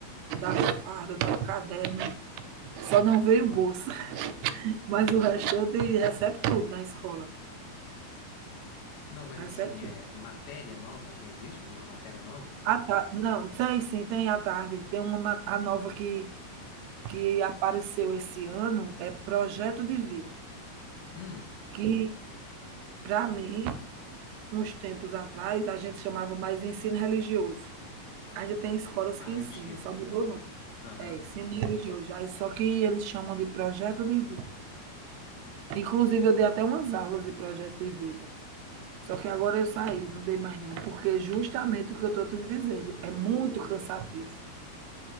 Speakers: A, on the right (about 85°); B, on the left (about 80°).
A: dá farda, dá caderno, só não veio bolsa, <laughs> mas o restante recebe tudo na escola,
B: Não, mas
A: recebe
B: assim,
A: tudo.
B: é matéria nova? Existe alguma matéria nova?
A: À ta- Não, tem sim, tem à tarde. Tem uma ma- a nova que, que apareceu esse ano, é Projeto de Vida,
B: Hum,
A: que para mim, uns tempos atrás, a gente chamava mais ensino religioso. Ainda tem escolas
B: ah,
A: que ensinam,
B: eu tive.
A: só mudou o nome.
B: Aham,
A: É isso, ensino religioso. Aí só que eles chamam de projeto de vida. Inclusive, eu dei até umas aulas de projeto de vida. Só que agora eu saí, não dei mais não, porque justamente o que eu estou te dizendo é muito cansativo.